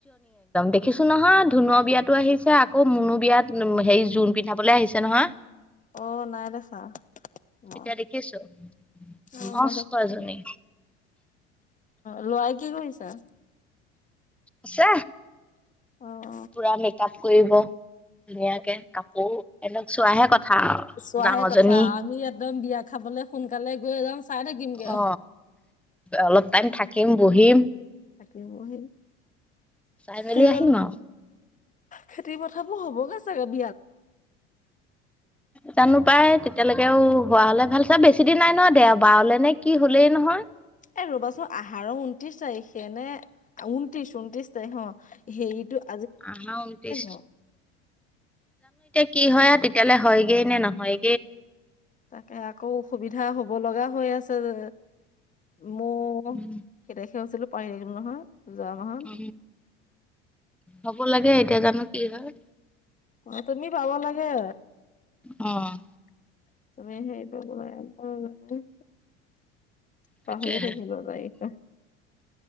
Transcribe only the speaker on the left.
অ নাই দেখা মই
অ
মই দেখা
লৰাই কি কৰিছে?
অ'।
চোৱাহে
কথা আমি একদম বিয়া খাবলে সোনকালে গৈ চাই থাকিমগৈ
আৰু।
থাকিম বহিম।
বিয়ালৈ
খেতি পথাৰবোৰ হবগৈ চাগে? <inaudible>
এ ৰ'বাচোন আহাৰ ঊনত্ৰিশ তাৰিখে নে ঊনত্ৰিশ ঊনত্ৰিশ তাৰিখ অ হেৰিতটো। এ ৰবাসুন হেৰিটো আহাৰৰ উনত্ৰিশ তাৰিখ নে? অ উনটিছ তাৰিখ।
নো?
তাতেআকৌ অসুবিধা হব লগা হৈ আছে যে। মোৰ
কেই তাৰিখে হৈছিল পাহৰি থাকিলো নহয়। যোৱা মাহত।
অ' তুমি পাব লাগে।
<unintelligible>
পাহৰি থাকিবা <unintelligible>